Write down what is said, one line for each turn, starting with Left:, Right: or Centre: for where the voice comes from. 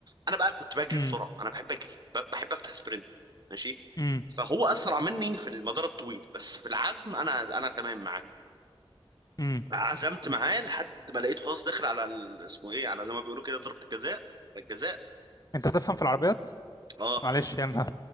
Right: انا بقى كنت بجري
Left: امم
Right: بسرعة انا بحب اجري ب... بحب افتح سبرنت ماشي
Left: امم
Right: فهو اسرع مني في المدار الطويل بس في العزم انا انا تمام معاه
Left: امم
Right: عزمت معاه لحد ما لقيته خلاص داخل على ال- اسمه ايه على زي ما بيقولوا كده ضربة الجزاء على الجزاء
Left: أنت بتفهم في العربيات
Right: اه,
Left: معلش يعني أنا